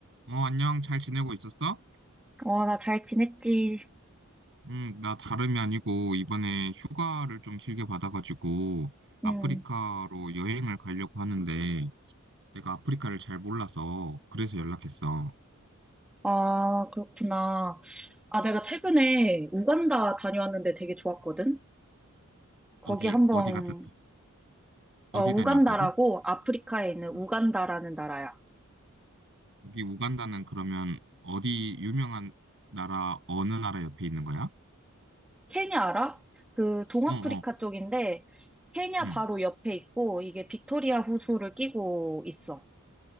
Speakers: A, on the right; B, in the centre.
A: 어, 안녕. 잘 지내고 있었어?
B: 어, 나 잘 지냈지.
A: 응, 나 다름이 아니고 이번에 휴가를 좀 길게 받아가지고 아프리카로
B: 응.
A: 여행을 가려고 하는데 내가 아프리카를 잘 몰라서 그래서 연락했어.
B: 아, 그렇구나. 아, 내가 최근에 우간다 다녀왔는데 되게 좋았거든? 거기
A: 어디,
B: 한번,
A: 어디 갔다, 어디
B: 어, 우간다라고
A: 다녀왔다고?
B: 아프리카에 있는 우간다라는
A: 응.
B: 나라야.
A: 여기 우간다는 그러면 어디 유명한 나라, 어느 나라 옆에 있는 거야?
B: 케냐 알아? 그 동아프리카
A: 어, 어,
B: 쪽인데, 케냐
A: 응.
B: 바로 옆에 있고, 이게 빅토리아 호수를 끼고 있어.